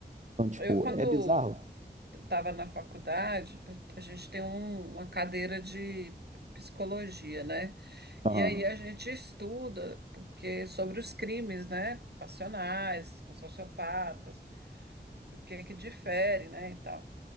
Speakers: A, on the right; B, on the right.
A: Então, tipo,
B: Eu, quando
A: é bizarro.
B: estava na faculdade, a gente tem um- uma cadeira de psicologia, né?
A: Aham.
B: E aí a gente estuda porque sobre os crimes, né? Passionais, com sociopatas, o que que difere, né? E tal.